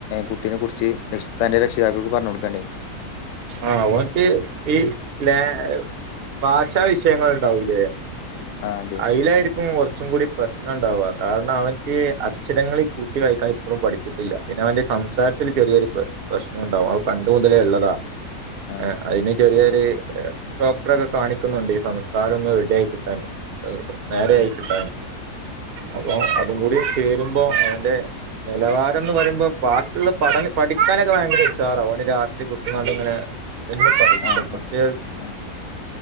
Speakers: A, on the left (about 70°); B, on the right (about 50°).
A: കുട്ടീനെ കുറിച്ച് തന്റെ രക്ഷിതാക്കൾക്ക് പറഞ്ഞു കൊടുക്കണ്ടായിന്
B: ആ ഓൻക്ക് ഈ ല ഭാഷാ വിഷയങ്ങള് ഉണ്ടാവൂലെ
A: ആ അതെ
B: അയിലായിരിക്കും കൊറച്ചും കൂടി പ്രശ്നം ഉണ്ടാവാ കാരണം അവൻക്ക് അക്ഷരങ്ങള് കൂട്ടി വായിക്കാൻ ഇപ്പോഴും പഠിച്ചിട്ടില്ല പിന്നെ അവന്റെ സംസാരത്തിന് ചെറിയൊരു പ്രശ്നംണ്ടാവും അത് പണ്ട് മുതലേ ഇള്ളതാ
A: ആഹ്
B: ആ അയിന് ചെറിയൊരു ഏ ഡോക്ടറൊക്കെ കാണിക്കുന്നുണ്ട് ഈ സംസാരം ഒന്ന് റെഡിയായിക്കിട്ടാന്
A: ആഹ്
B: നേരെയായി
A: ആഹ്
B: കിട്ടാൻ അപ്പൊ അതും കൂടി കയറുമ്പോ അവന്റെ നിലവാരം എന്ന് പറയുമ്പോ ബാക്കിയുള്ള പഠ നപഠിക്കാനൊക്കെ ഭയങ്കര ഉഷാറ ഓ ന് രാത്രി കുത്തിരുന്ന്ങ്ങാ ട്ട് ഇങ്ങനെ എന്ന് പഠിച്ച
A: ആഹ്
B: പക്ഷേ
A: ആഹ് ആഹ് ആഹ്